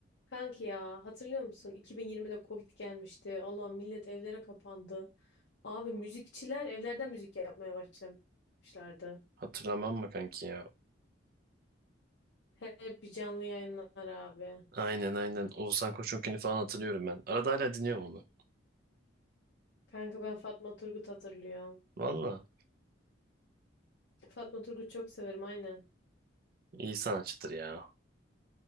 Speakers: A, on the left (about 70°); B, on the right (about 50°).
A: Kanki ya hatırlıyor musun? 2020'de Covid gelmişti. Allah millet evlere kapandı. Abi müzikçiler evlerden müzik yapmaya başlamışlardı.
B: Hatırlamam mı kanki ya?
A: Her bir canlı yayınlar abi.
B: Aynen aynen. Oğuzhan Koçunkini falan hatırlıyorum ben. Arada hala dinliyorum onu.
A: Kanka ben Fatma Turgut hatırlıyorum.
B: Valla.
A: Fatma Turgut çok severim aynen.
B: iyi sanatçıdır ya.